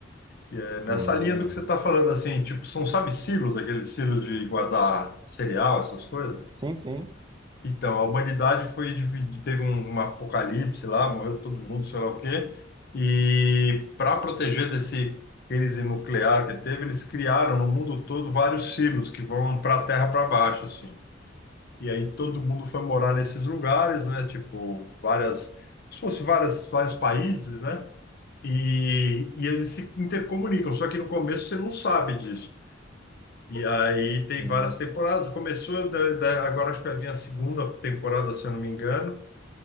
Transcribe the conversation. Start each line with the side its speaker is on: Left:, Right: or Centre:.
Left: E é nessa
Right: hum,
Left: linha do que você tá falando, assim, tipo, são, sabe, silos, aqueles silos de guardar cereal, essas coisas?
Right: sim,
Left: Então, a humanidade foi dividida, teve um, um apocalipse lá, morreu todo mundo, sei lá o quê. E para proteger desse crise nuclear que teve, eles criaram no mundo todo vários silos que vão para a terra para baixo, assim. E aí todo mundo foi morar nesses lugares, né? Tipo, várias, se fosse várias, vários países, né? E, e eles se intercomunicam, só que no começo você não sabe disso. E aí tem
Right: sim.
Left: várias temporadas. Começou, da- da- agora acho que vai vir a segunda temporada, se eu não me engano.